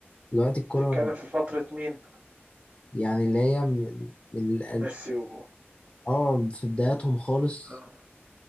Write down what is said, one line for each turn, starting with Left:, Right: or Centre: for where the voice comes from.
Left: دلوقتي الكورة
Right: تتكلم في فترة مين
Left: يعني اللي هي من من ال- ال-
Right: ميسي و...
Left: آه في بداياتهم خالص
Right: آه.